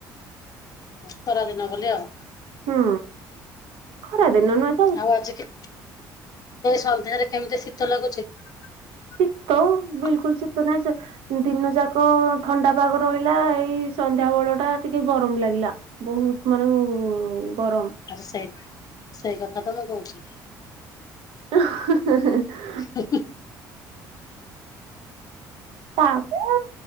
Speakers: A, on the left; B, on the right.
A: ଖରା ଦିନ ବୋଲି ଆଉ।
B: ହୁଁ ଖରା ଦିନ ନୁଏଁ।
A: ଆଉ ଆଜି କେ ସନ୍ଧ୍ୟାରେ କେମିତି ଶୀତ ଲାଗୁଚି। <unintelligible>
B: ଶୀତ ବିଲକୁଲ ଶୀତ ନାହିଁ ସେ ଦିନ ଯାକ ଥଣ୍ଡା ପାଗ ରହିଲା ଏଇ ସନ୍ଧ୍ୟା ବେଳ ଟା ଟିକେ ଗରମ ଲାଗିଲା। ବହୁତ୍ ମାନେ ଗରମ।
A: ଆ ସେ ସେଇ କଥାତ ମୁଁ କହୁଛି।
B: <inaudible>
A: <inaudible>
B: ତାପରେ